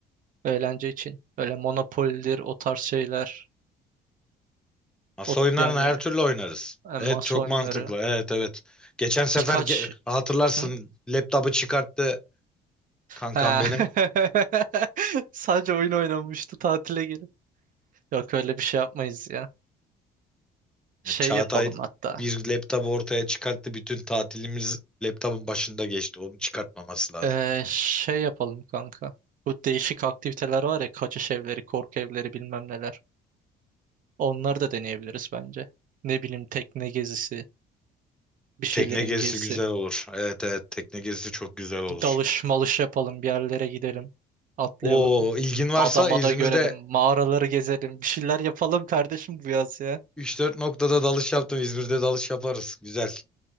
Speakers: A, on the right; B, in the centre.
A: Eğlence için. Öyle Monopoly'dir o tarz şeyler.
B: Masa
A: O,
B: oyunlarını
A: yani
B: her türlü oynarız.
A: e,
B: Evet
A: masa
B: çok
A: oyunları
B: mantıklı. Evet evet. Geçen sefer
A: birkaç
B: ge- hatırlarsın
A: Hı?
B: laptopu çıkarttı kankam
A: Ha.
B: benim.
A: <laughs> Sadece oyun oynamıştı tatile gelip. Yok öyle bir şey yapmayız ya. Şey
B: Yani Çağatay
A: yapalım hatta.
B: bir laptopu ortaya çıkarttı. Bütün tatilimiz laptopun başında geçti. Onu çıkartmaması lazım.
A: Ee, şey yapalım kanka. Bu değişik aktiviteler var ya kaçış evleri, korku evleri bilmem neler. Onları da deneyebiliriz bence. Ne bileyim tekne gezisi, bir şeylerin
B: Tekne gezisi
A: gezisi.
B: güzel olur. Evet evet tekne gezisi çok güzel olur.
A: Bir dalış malış yapalım, bir yerlere gidelim. Atlayalım.
B: O ilgin varsa
A: Adamada
B: İzmir'de
A: görelim, mağaraları gezelim. Bir şeyler yapalım kardeşim bu yaz ya.
B: üç dört noktada dalış yaptım. İzmir'de dalış yaparız. Güzel.